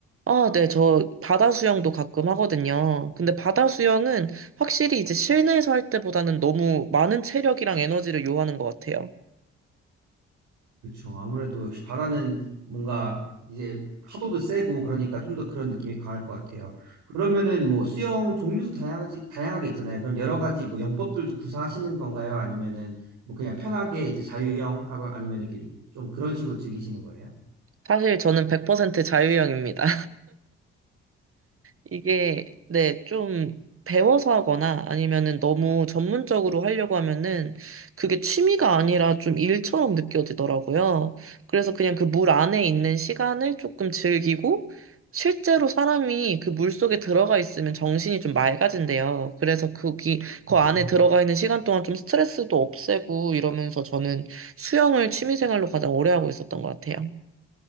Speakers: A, on the right; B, on the right.
A: 아, 네, 저 바다 수영도 가끔 하거든요. 근데 바다 수영은 확실히 이제 실내에서 할 때보다는 너무 많은 체력이랑 에너지를 요하는 것 같아요.
B: 그렇죠. 아무래도 역시 바다는 뭔가 이제 파도도 세고 그러니까 좀 더 그런 느낌이 강할 것 같아요. 그러면은 뭐 수영 종류도 다양하지, 다양하게 있잖아요. 그럼 여러 가지 뭐 영법들도 구사하시는 건가요? 아니면은 뭐 그냥 편하게 이제 자유형 하고 아니면 이렇게 좀 그런 식으로 즐기시는 거예요?
A: 사실 저는 100% 자유형입니다. 이게 네, 좀 배워서 하거나 아니면은 너무 전문적으로 하려고 하면은 그게 취미가 아니라 좀 일처럼 느껴지더라고요. 그래서 그냥 그 물 안에 있는 시간을 조금 즐기고 실제로 사람이 그 물 속에 들어가 있으면 정신이 좀 맑아진대요. 그래서 거기 그
B: 음.
A: 안에 들어가 있는 시간 동안 좀 스트레스도 없애고 이러면서 저는 수영을 취미 생활로 가장 오래 하고 있었던 것 같아요.